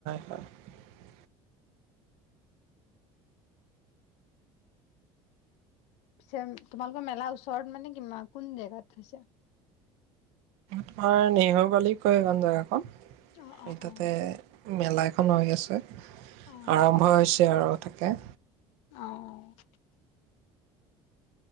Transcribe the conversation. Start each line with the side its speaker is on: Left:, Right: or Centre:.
Right: <inaudible>
Left: পিছে তোমালোকৰ মেলাৰ ওচৰত মানে কিমান, কোন জেগাত হৈছে?
Right: তোমাৰ নেহৰু বালি কয় এইকন জেগাকন।
Left: অ অ
Right: এই তাতে
Left: অ
Right: মেলা <inaudible> আহি আছে।
Left: অ',
Right: আৰম্ভ হৈছে আৰু। তাকে।
Left: অ'